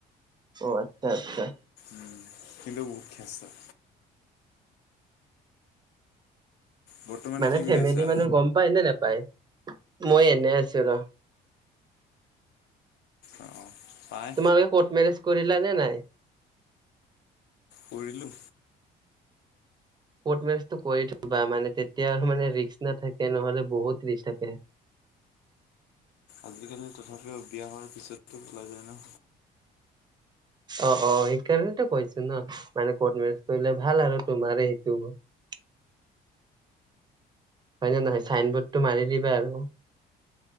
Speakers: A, on the right; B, on the left.
A: অ', আচ্ছা, আচ্ছা।
B: উম, কিন্তু বহুত খেছৰা। বৰ্তমান
A: মানে
B: কি
A: ফেমিলি
B: কৰি আছা?
A: মানুহ গম পায় নে নেপায়? মই এনে আছোঁ ৰ'।
B: অ, পাই
A: তোমালোকে ক'ৰ্ট মেৰেজ কৰিলা নে নাই?
B: কৰিলোঁ।
A: ক'ৰ্ট মেৰেজটো কৰি থ'বা মানে, তেতিয়া আৰু মানে ৰিস্ক নাথাকে, নহ'লে বহুত ৰিস্ক থাকে।
B: আজিকালি তথাপিও বিয়া হোৱাৰ পিছতো পলাই যায় ন?
A: অ' অ' সেইকাৰণেতো কৈছো ন, মানে ক'ৰ্ট মেৰেজ কৰিলে ভাল আৰু, তোমাৰ সেইটো। হয়নে নহয়? চাইনবৰ্ডটো মাৰি দিবা আৰু।